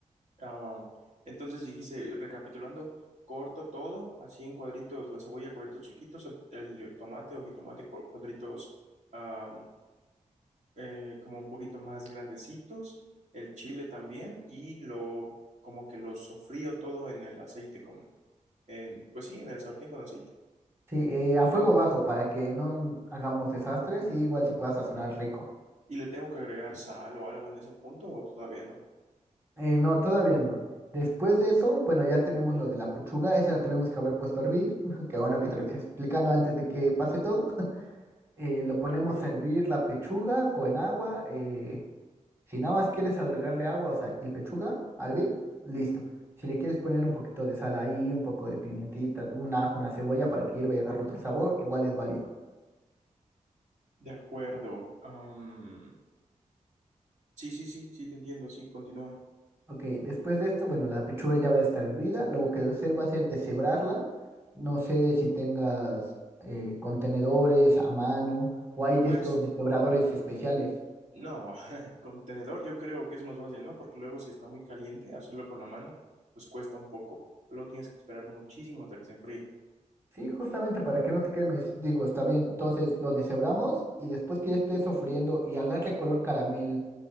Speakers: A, on the right (about 65°); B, on the right (about 20°).
A: Ah, entonces dijiste, recapitulando, corto todo, así en cuadritos, la cebolla, cuadritos chiquitos, el, el tomate o jitomate, cu- cuadritos am, eh, como un poquito más grandecitos, el chile también, y lo como que lo sofrío todo en el aceite con, en, pues sí, en el sartén con aceite.
B: Sí, eh, a fuego bajo para que no hagamos desastres y igual se pueda sazonar rico.
A: Y le tengo que agregar sal o algo en ese punto, o todavía no,
B: Eh, no, todavía no. Después de eso, bueno, ya tenemos lo de la pechuga, esa la tuvimos que haber puesto a hervir, <laughs> que bueno que te lo estoy explicando antes de que pase todo. <laughs> Eh, lo
A: ¿de
B: ponemos
A: acuerdo?
B: a hervir la pechuga con agua. eh, si nada más quieres agregarle agua, o sea, y pechuga a hervir, listo. Si le quieres poner un poquito de sal ahí, un poco de pimientita, un ajo, una cebolla para que hierva y agarre otro sabor, igual es válido.
A: De acuerdo. am, sí, sí, sí, sí, te entiendo, sí, continúa.
B: Ok, después de esto, bueno, la pechuga ya va a estar hervida. Lo que voy a hacer va a ser deshebrarla. No sé si tengas eh, contenedores a mano o hay de
A: Pues
B: estos deshebradores especiales.
A: No, <laughs> con tenedor yo creo que es más fácil, ¿no? Porque luego si está muy caliente, hacerlo con la mano, pues cuesta un poco. Luego tienes que esperar muchísimo hasta que se enfríe.
B: Sí, justamente para que no te quemes. Digo, está bien. Entonces lo deshebramos y después que ya esté sofriendo y agarre color caramel,